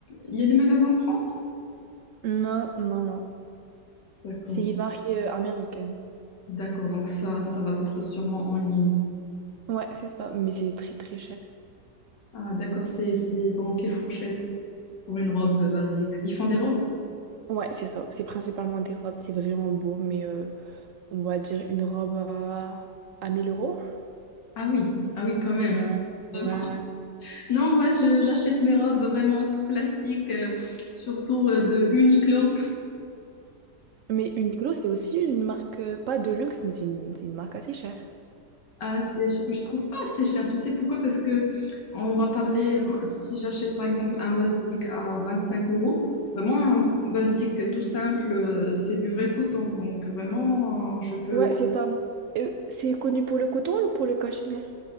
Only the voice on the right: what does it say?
Non, non, non.
C'est une marque euh, américaine.
Ouais, c'est ça, mais c'est très très cher.
Ouais, c'est ça. C'est principalement des robes, c'est vraiment beau, mais euh, on va dire une robe à, à 1000 euros.
Ouais,
ouais, ouais.
Mais Uniqlo, c'est aussi une marque, euh, pas de luxe, mais c'est une, c'est une marque assez chère.
Ouais, c'est ça. Euh, c'est connu pour le coton ou pour le cachemire?